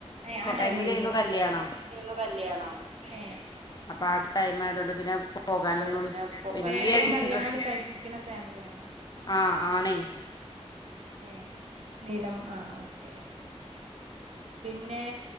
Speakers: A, on the right (about 65°); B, on the left (about 35°).
A: ആ ടൈമിലേനോകല്ല്യാണം
B: ടൈമിലായിരുന്നു കല്യാണം
A: ഏ
B: അപ്പൊ ആ ടൈം ആയതുകൊണ്ട് പിന്നെ പോകാനൊന്നും
A: അതൊണ്ട് പിന്നെ
B: വലിയ
A: വേഗം
B: ഇൻട്രസ്റ്റ്
A: കല്യാണൊക്കെ കഴിപ്പിക്കണ ഫാമിലിയ ആണോ?
B: ആ ആണേ
A: ഏ നീലം ആ ഓക്കെ പിന്നെ